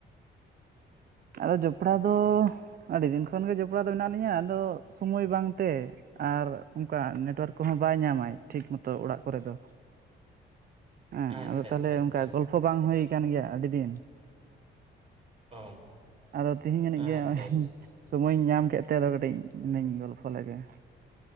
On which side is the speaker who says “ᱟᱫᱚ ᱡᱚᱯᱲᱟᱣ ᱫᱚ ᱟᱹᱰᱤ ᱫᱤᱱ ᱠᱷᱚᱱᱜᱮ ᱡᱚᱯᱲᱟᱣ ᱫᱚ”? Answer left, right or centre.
Right